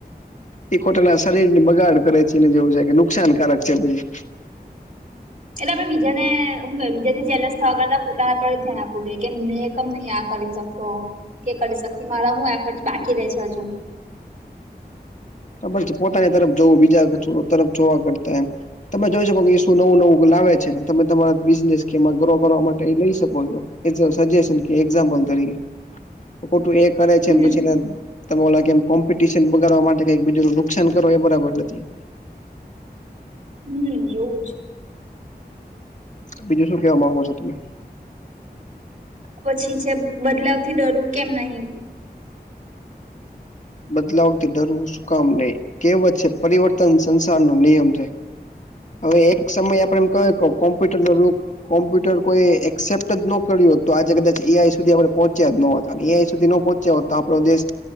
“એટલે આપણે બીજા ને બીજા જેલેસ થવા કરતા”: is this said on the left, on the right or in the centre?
Right